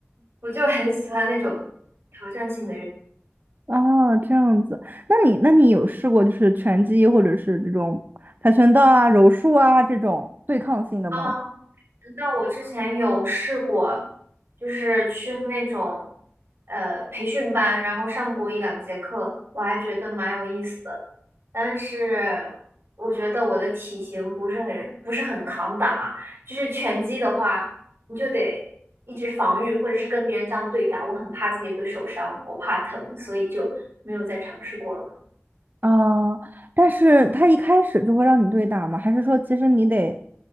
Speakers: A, on the right (about 60°); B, on the right (about 40°).
A: 我就很喜欢那种挑战性的运动。
B: 哦，这样子，那你那你有试过就是拳击或者是这种跆拳道啊、柔术啊这种对抗性的吗？
A: 啊，那我之前有试过，就是去那种呃培训班，然后上过一两节课，我还觉得蛮有意思的。但是我觉得我的体型不是很不是很抗打，就是拳击的话，你就得一直防御，或者是跟别人这样对打。我很怕自己会受伤，我怕疼，所以就没有再尝试过了。
B: 啊、但是他一开始就会让你对打吗？还是说其实你得，